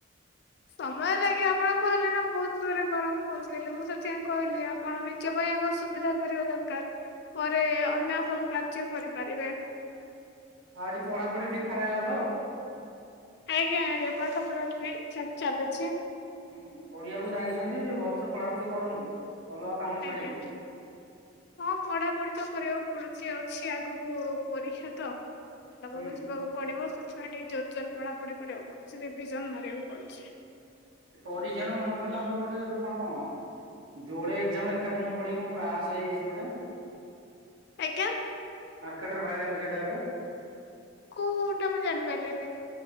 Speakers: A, on the left; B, on the right.
A: ସମୟ ଲାଗେ ଆପଣ କହିଲେ ନା ବହୁତ ଜୋର୍ ରେ ଗରମ ହଉଚି ମୁଁ ସେଥିପାଇଁ କହିଲି। ଆପଣ ନିଜ ପାଇଁ ଆଗ ସୁବିଧା କରିବା ଦରକାର। ପରେ ଅନ୍ୟ ସବୁ କାର୍ଯ୍ୟ କରିପାରିବେ।
B: ଆଉ ଆଜି ପଢ଼ାପଢ଼ି ଠିକ୍ ଠାକ୍ ହେଲା ତ?
A: ଆଜ୍ଞା ଆଜ୍ଞା ପାଠପଢ଼ା ଠିକ୍ ଠାକ୍‌ ଚାଲିଚି।
B: ହୁଁ ପଢିବାକୁ ଯାଇଛନ୍ତି ଭଲସେ ପଢ଼ାପଢ଼ି କରନ୍ତ। ଭଲ କାମ ଛାଡିକି
A: ଆଜ୍ଞା। ହଁ ପଢ଼ାପଢ଼ି ତ କରିବାକୁ ପଡୁଚି ଅଛି ଆଗକୁ ପରୀକ୍ଷା ତ। ବାକୁ
B: ହୁଁ।
A: ଯିବାକୁ ପଡ଼ିବ ସେଥିପାଇଁ ଟିକେ ଜୋର୍‌ ଜୋର୍‌ ପଢ଼ା ପଢ଼ି କରିବାକୁ ପଡୁଚି ରିଭିଜନ୍‌ ମାରିବାକୁ ପଡୁଚି।
B: ପରୀକ୍ଷା ରୁ ମନେ ପଡ଼ିଲା ଆମର ଗୋଟେ ଏବେ କଣ ଯୋଡ଼େ ଏକ୍ଜାମ ଏକା ଦିନ ପଡ଼ି କଣ କ୍ରାସ୍‌ ହେଇଯାଇଛି ଗୋଟେ।
A: ଆଜ୍ଞା।
B: ମାର୍କେଟ୍ ରେ ଭାଇରାଲ୍ ସେଇଟା ଏବେ।
A: କୋଉଟା ମୁଁ ଜାଣି ପାରିଲିିନି।